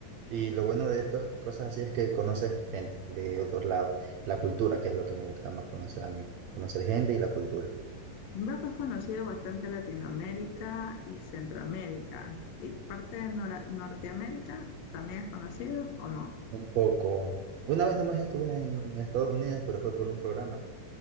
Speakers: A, on the right; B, on the left.
A: Y lo bueno de estas cosas así es que conoces gente de otros lados, la cultura, que es lo que me gusta más conocer a mí, conocer gente y la cultura.
B: Veo que es conocido bastante en Latinoamérica y Centroamérica. Y parte de Nora- Norteamérica también es conocido o no.
A: Un poco. Una vez nomás estuve en Estados Unidos, pero fue por un programa.